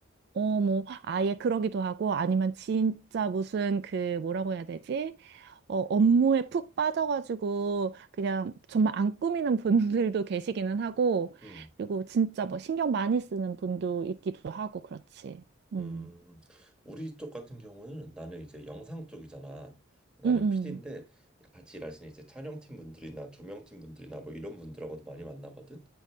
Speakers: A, on the right; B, in the centre.
A: 어, 뭐, 아예 그러기도 하고, 아니면 진짜 무슨 그, 뭐라고 해야 되지? 어, 업무에 푹 빠져가지고, 그냥 정말 안 꾸미는 분들도 <laughs> 계시기는 하고,
B: 음,
A: 그리고 진짜 뭐 신경 많이 쓰는 분도 있기도 하고, 그렇지. 음,
B: 음, 우리 쪽 같은 경우는 나는 이제 영상 쪽이잖아. 나는
A: 음,
B: PD인데
A: 음,
B: 같이 일하시는 이제 촬영팀 분들이나 조명팀 분들이나 뭐 이런 분들하고도 많이 만나거든.